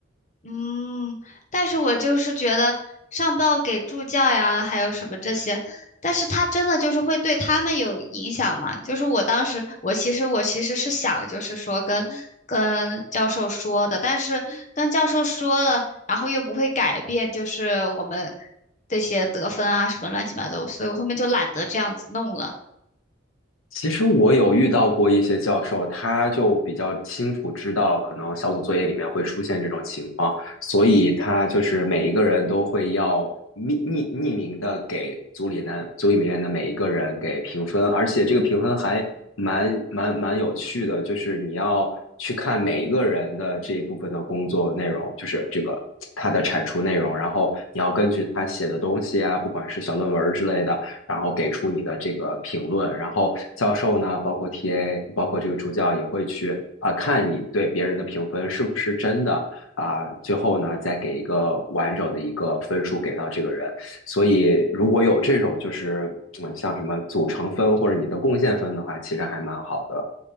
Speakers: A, on the left (about 35°); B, on the left (about 85°).
A: 嗯，但是我就是觉得上报给助教呀，还有什么这些，但是他真的就是会对他们有影响吗？就是我当时，我其实我其实是想，就是说跟跟教授说的，但是跟教授说了，然后又不会改变，就是我们这些得分啊什么乱七八糟，所以我后面就懒得这样子弄了。
B: 其实我有遇到过一些教授，他就比较清楚知道，可能小组作业里面会出现这种情况，所以他就是每一个人都会要匿匿匿名的给组里男组里面的每一个人给评分，而且这个评分还蛮蛮蛮有趣的，就是你要去看每一个人的这一部分的工作内容，就是这个他的产出内容，然后你要根据他写的东西啊，不管是小论文之类的。然后给出你的这个评论。然后教授呢，包括 TA，包括这个助教也会去啊、呃看你对别人的评分是不是真的啊、呃最后呢再给一个完整的一个分数给到这个人。所以如果有这种就是嗯像什么组成分或者你的贡献分的话，其实还蛮好的。